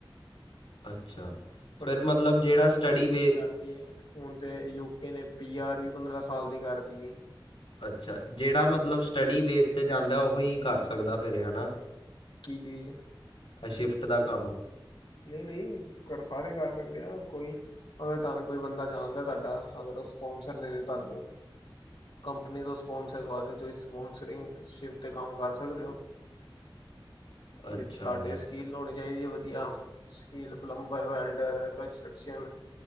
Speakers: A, on the left; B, on the left.
A: ਅੱਛਾ।
B: ਪਰ
A: ਫਿਰ ਮਤਲਬ
B: ਹੁਣ
A: ਜਿਹੜਾ
B: ਤੇ ਸਖਵਾਈ
A: ਸਟੱਡੀ
B: ਬੜੀ
A: ਬੇਸ
B: ਕਰਤੀ ਏ। ਹੁਣ ਤੇ ਯੂਕੇ ਨੇ ਪੀ ਆਰ ਵੀ ਪੰਦਰਾਂ ਸਾਲ ਦੀ ਕਰਤੀ।
A: ਅੱਛਾ। ਜਿਹੜਾ ਮਤਲਬ ਸਟੱਡੀ ਬੇਸ 'ਤੇ ਜਾਂਦਾ, ਉਹੀ ਕਰ ਸਕਦਾ ਫਿਰ ਹੈਨਾ।
B: ਕੀ ਚੀਜ਼।
A: ਸ਼ਿਫਟ ਦਾ ਕੰਮ
B: ਨਹੀਂ- ਨਹੀਂ ਅਗਰ ਸਾਰੇ ਕਰ ਸਕਦੇ ਆ, ਕੋਈ ਅਗਰ ਤੁਹਾਨੂੰ ਕੋਈ ਬੰਦਾ ਜਾਣਦਾ ਤੁਹਾਡਾ, ਅਗਰ ਉਹ ਸਪੋਂਸਰ ਦੇ ਤੁਹਾਨੂੰ। ਕੰਪਨੀ ਤੋਂ ਸਪੋਂਸਰ ਦਵਾ ਦਿ ਤੁਸੀਂ ਸਪੋਂਸਰਿੰਗ ਸ਼ਿਪ 'ਤੇ ਕੰਮ ਕਰ ਸਕਦੇ ਹੋ।
A: <inaudible> ਅੱਛਾ
B: ਜੇ ਤੁਹਾਡੇ
A: ਜੀ
B: ਸਕੀਲ ਲਾਉਣੀ ਚਾਹੀਦੀ ਹੈ ਵਧੀਆ। Skill plumber, welder, construction.